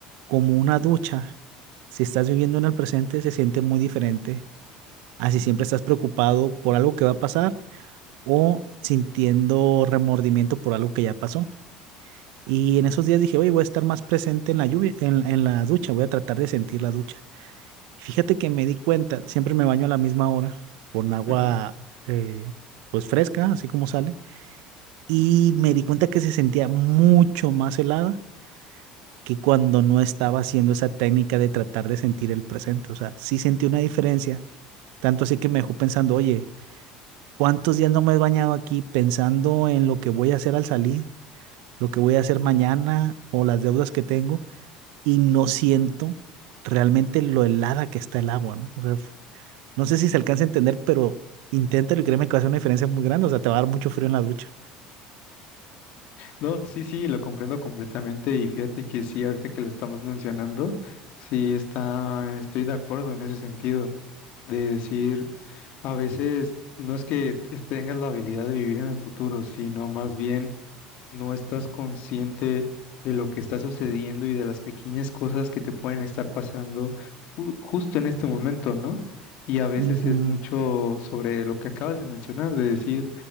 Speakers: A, on the right; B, on the left.
A: como una ducha, si estás viviendo en el presente, se siente muy diferente a si siempre estás preocupado por algo que va a pasar o sintiendo remordimiento por algo que ya pasó. Y en esos días dije, oye, voy a estar más presente en la lluvia, en, en la ducha, voy a tratar de sentir la ducha. Fíjate que me di cuenta, siempre me baño a la misma hora con agua
B: ujú.
A: eh, pues fresca, así como sale, y me di cuenta que se sentía mucho más helada que cuando no estaba haciendo esa técnica de tratar de sentir el presente. O sea, sí sentí una diferencia, tanto así que me dejó pensando, oye, ¿cuántos días no me he bañado aquí pensando en lo que voy a hacer al salir, lo que voy a hacer mañana o las deudas que tengo y no siento realmente lo helada que está el agua, ¿no? O sea, No sé si se alcanza a entender, pero inténtalo y créeme que va a hacer una diferencia muy grande. O sea, te va a dar mucho frío en la ducha.
B: No, sí, sí, lo comprendo completamente y fíjate que sí, ahorita que lo estamos mencionando, sí está, estoy de acuerdo en ese sentido, de decir, a veces no es que es- tengas la habilidad de vivir en el futuro, sino más bien no estás consciente de lo que está sucediendo y de las pequeñas cosas que te pueden estar pasando ju- justo en este momento, ¿no? Y a veces
A: Ujú,
B: es mucho sobre lo que acabas de mencionar, de decir,